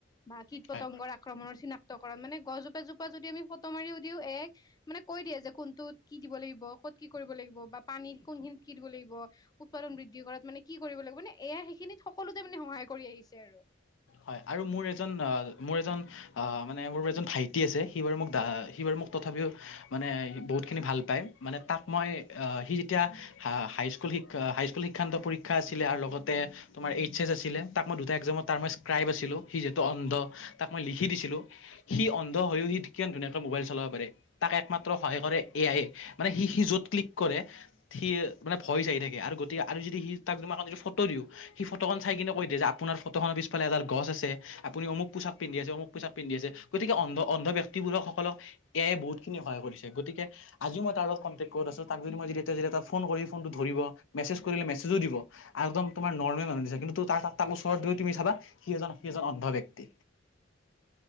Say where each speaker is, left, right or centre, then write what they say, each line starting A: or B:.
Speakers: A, on the left; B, on the left.
A: বা কীট-পতংগৰ
B: হয়
A: আক্ৰমণৰ চিনাক্ত কৰা, মানে গছ জো যদি আমি ফটোও মাৰিও দিও এ আইক মানে কৈ দিয়ে যে কোনটোত কি দিব লাগিব, ক'ত কি কৰিব লাগিব, বা পানী কোন খিনিত কি দিব লাগিব, উৎপাদন বৃদ্ধি কৰাত মানে কি কৰিব লাগিব? মানে এ আই সেইখিনিত সকলোতে মানে সহায় কৰি আহিছে আৰু।
B: হয়। আৰু মোৰ এজন আ- মোৰ এজন আ- মানে মোৰ এজন ভাইটি আছে, সি বাৰু মোক দা- সি বাৰু মোক তথাপিও মানে সি বহুতখিনি ভাল পাই। মানে তাক মই আ সি যেতিয়া হা-হাইস্ক স্কুল শিক্ষা-হাইস্কুল শিক্ষান্ত পৰীক্ষা আছিলে, আৰু লগতে তোমাৰ এইচ এছ আছিলে। তাক মই দুটা এক্সামত তাৰ মই ক্ৰাইব আছিলঁ। সি যিহেটো অন্ধ, তাক মই লিখি দিছিলো। সি অন্ধ হৈও সি কিয় ধুনীয়াকৈ মোবাইল চলা পাৰে। তাক একমাত্ৰ সহায় কৰে এ আইয়ে। মানে সি-সি য'ত ক্লিক কৰে, সি মানে ভয়ত চ আহি থাকে। আৰু গতি, আৰু যদি সি তাক কোনোবাখন যদি ফটো দিওঁ সি ফটোখন চাই কিনে কৈ দিয় যে আপোনাৰ ফটোখনৰ পিছ ফালে এডাল গছ আছে, আপুনি অমুক পোছাক পিন্ধি আছে, অমুক পোছাক পিন্ধি আছে। গতিকে অন্ধ-অন্ধ ব্যক্তিবোৰক-সকলক এ আইয়ে বহুত খিন সহায় কৰিছে। গতিকে আজিও মই তাৰ লগত কন্টেক ক'ত আছ তাক যদি মই <unintelligible> এটা ফোন কৰি ফোনটো ধৰিব। মেছেজ কৰিলে মেছেজো দিব আৰু একদম তোমাৰ নৰ্মেল মানুহ নিচিনা। কিন্তু তাৰ-তাক ওচৰত গৈ তুমি চাবা সি এজন, সি এজন অন্ধ ব্যক্তি।